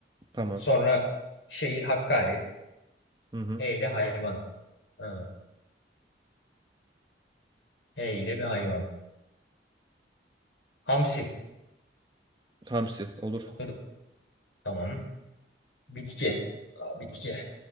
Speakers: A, on the right; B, on the left.
A: Tamam.
B: Sonra şehir Hakkari.
A: Hı hı.
B: Hey ile hayvan. Ee, H ile bir hayvan. Hamsi.
A: Hamsi olur.
B: Olur. Tamam. Bitki. Aa, bitki.